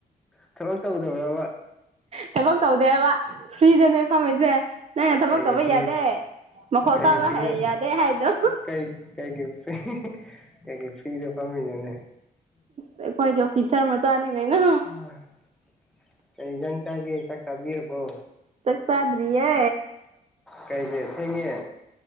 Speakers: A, in the centre; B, on the right.
A: ꯊꯕꯛ ꯇꯧꯗꯕ꯭ꯔꯕ
B: ꯊꯕꯛ ꯇꯧꯗꯦꯕ ꯐ꯭ꯔꯤꯗꯅꯦ ꯐꯝꯃꯤꯁꯦ ꯅꯪ ꯅ ꯊꯕꯛ
A: ꯀꯩꯒꯤ
B: ꯇꯧꯕ
A: ꯐ꯭ꯔꯤꯗ
B: ꯌꯥꯗꯦ ꯃꯈꯣꯜ
A: ꯀꯩꯒꯤ
B: ꯇꯥꯕ
A: ꯐ꯭ꯔꯤꯗ
B: ꯌꯥꯗꯦ ꯍꯥꯏꯗꯣ
A: ꯀꯩ ꯀꯩꯀꯩ ꯐ꯭ꯔꯤ ꯐ꯭ꯔꯤ ꯐꯝꯃꯤꯅꯣ ꯅꯦ
B: ꯑꯩꯈꯣꯏꯗꯤ ꯑꯣꯐꯤꯁꯥꯔ ꯃꯆꯥꯅꯤ ꯀꯩꯅꯣ
A: ꯎ <unintelligible> ꯀꯖꯪ ꯆꯥꯒꯦ ꯆꯥꯛ ꯆꯕꯤꯔꯕꯣ
B: ꯆꯛ ꯆꯗ꯭ꯔꯤꯌꯦ
A: ꯀꯩꯀꯦ ꯊꯦꯡꯉꯦ